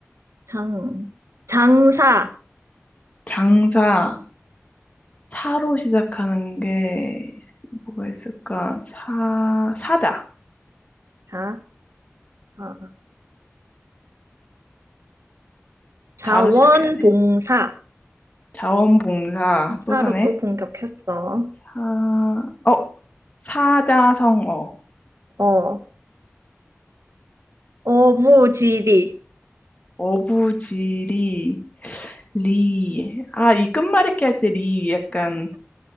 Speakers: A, on the right (about 75°); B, on the left (about 30°).
A: 장, 장사.
B: 장사, 사로 시작하는 게 있- 뭐가 있을까? 사, 사자.
A: 자, 아, 자원봉사.
B: 자로 시작해야 돼. 자원봉사,
A: 사로
B: 또 사네.
A: 또 공격했어.
B: 사, 어, 사자성어,
A: 어, 어부지리.
B: 어부지리, 리. 아, 이 끝말잇기 할 때 리 약간,